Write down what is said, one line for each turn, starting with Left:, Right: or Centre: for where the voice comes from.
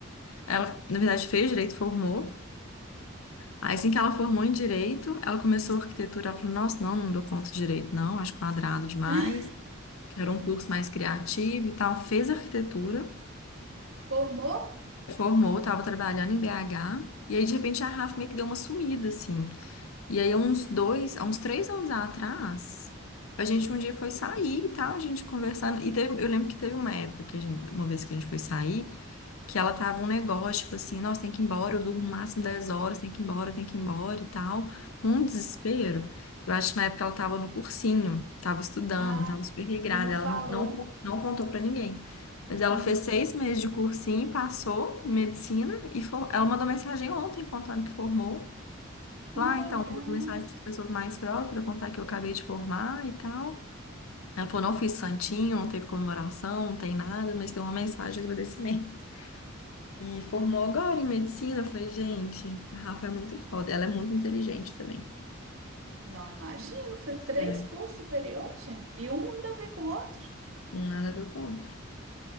Left: Ela, na verdade, fez direito, formou. Aí, assim que ela formou em direito, ela começou arquitetura. Ela falou: Nossa, não, não dou conta de direito, não, acho quadrado demais.
Right: <laughs>
Left: Quero um curso mais criativo e tal. Fez arquitetura,
Right: Formou?
Left: formou, estava trabalhando em BH. E aí, de repente, a Rafa meio que deu uma sumida, assim. E aí, há uns dois, há uns três anos atrás, a gente um dia foi sair e tal, a gente conversando. E teve- eu lembro que teve uma época que a gente, uma vez que a gente foi sair. que ela tava um negócio, tipo assim, nossa, tem que ir embora, eu durmo no máximo 10 horas, tem que ir embora, tem que ir embora e tal. Um desespero. Eu acho que na época ela tava no cursinho, tava estudando,
Right: Ah,
Left: tava super regrada,
Right: e não
Left: ela
Right: falou.
Left: não, não, não contou pra ninguém. Mas ela
Right: Hum,
Left: fez seis meses de cursinho, passou em medicina e for... ela mandou mensagem ontem contando que formou.
Right: que
Left: Lá,
Right: legal.
Left: ah, então, tô mandando mensagem para as pessoas mais próximas para contar que eu acabei de formar e tal. Ela falou, não fiz santinho, não teve comemoração, não tem nada, mas tem uma mensagem de agradecimento. E formou agora em medicina. Eu falei, gente, a Rafa é muito foda. Ela é muito inteligente também.
Right: Não, imagino, foi três
Left: É,
Right: cursos superiores, gente. E um ainda a ver com o outro.
Left: um nada a ver com o outro.